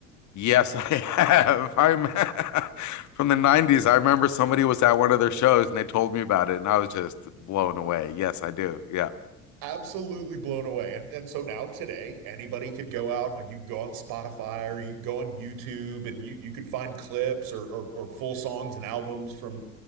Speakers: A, on the left; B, on the right.
A: Yes, I have. <laughs> I'm <laughs> from the 90s. I remember somebody was at one of their shows and they told me about it and I was just blown away. Yes, I do. Yeah.
B: absolutely blown away. And and so now today, anybody could go out, like you can go on Spotify or you can go on YouTube and you you could find clips or or, or full songs and albums from